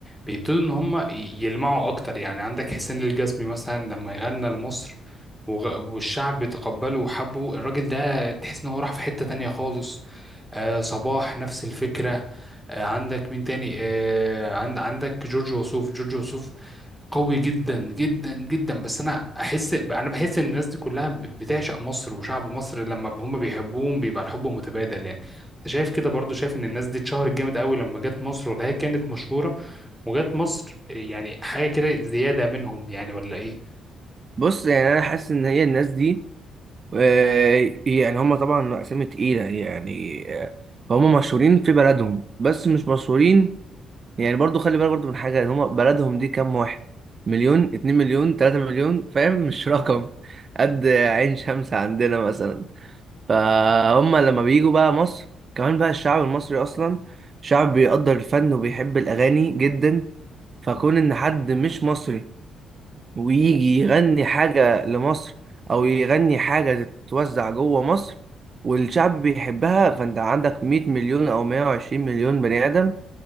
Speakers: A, in the centre; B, on the right.
A: بيبتدوا ان هم ي- يلمعوا اكتر يعني عندك حسين الجسمي مثلا لما يغنى لمصر وغ- والشعب تقبله وحبه الراجل ده تحس ان هو راح في حتة تانية خالص آه صباح نفس الفكرة آه عندك مين تاني آه عند عندك جورج وسوف جورج وسوف قوي جدا جدا جدا بس انا احس انا بحس ان الناس دي كلها ب- بتعشق مصر وشعب مصر لما ب- هم بيحبوهم بيبقى الحب متبادل يعني انت شايف كده برضو شايف ان الناس دي اتشهرت جامد قوي لما جت مصر ولا هي كانت مشهورة وجت مصر يعني حاجة كده زيادة منهم يعني ولا ايه
B: بص يعني انا حاسس ان هي الناس دي آه، يعني هم طبعا أسامي تقيلة يعني آه، فهم مشهورين في بلدهم بس مش مشهورين يعني برضو خلي بالك برضو من حاجة إن هم بلدهم دي كام واحد مليون اتنين مليون تلاتة مليون فاهم <laughs> مش رقم قد عين شمس عندنا مثلا فهم لما بيجوا بقى مصر كمان بقى الشعب المصري أصلا شعب بيقدر الفن وبيحب الأغاني جدا فكون إن حد مش مصري ويجي يغني حاجة لمصر أو يغني حاجة تتوزع جوه مصر والشعب بيحبها فأنت عندك 100 مليون أو 120 مليون بني آدم